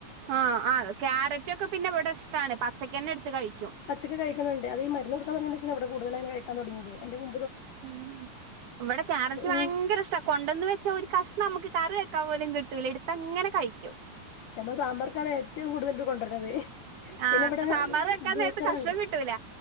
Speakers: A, on the right; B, on the left.
A: ആഹ് ആഹ് ക്യാരറ്റൊക്കെ പിന്നെ ഇവിടെ ഇഷ്ടാണ് പച്ചക്കന്നെ എടുത്ത് കഴിക്കും
B: പച്ചക്ക് കഴിക്കുന്നുണ്ട് അത് ഈ മരുന്ന് കൊടുക്കാൻ തുടങ്ങിയശേഷം ആണ് കൂടുതലായി ഇങ്ങനെ കഴിക്കാൻ തുടങ്ങിയത് അതിന്റെ മു
A: ഉം ഇവിടെ ക്യാരറ്റ് ഭയങ്കര
B: ഉം
A: ഇഷ്ടവാ കൊണ്ടന്ന് വെച്ചാ ഒരു കഷണം നമുക്ക് കറി വെ പോലും കിട്ടൂല എടുത്ത് അങ്ങനെ കഴിക്കോ
B: മ്മെ സാമ്പാർക്കാണ് ഏറ്റവും കൂടുതൽ ഇത് കൊണ്ടുവരുന്നത്
A: ആ
B: പിന്നെ ഇവിടെ
A: സാമ്പാർ വെക്കാൻ
B: ജൂസർുണ്ട്
A: നേരത്ത് കഷ്ണം കിട്ടൂല